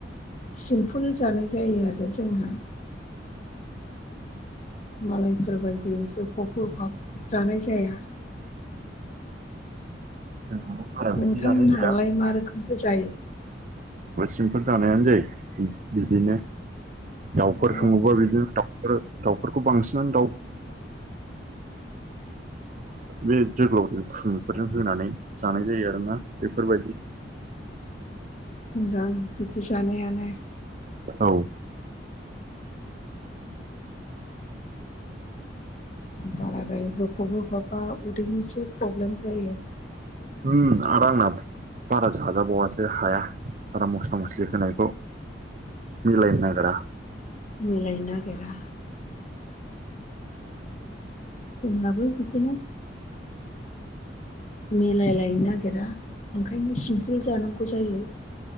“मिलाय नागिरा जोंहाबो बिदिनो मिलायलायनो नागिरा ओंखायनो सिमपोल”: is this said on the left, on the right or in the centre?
Left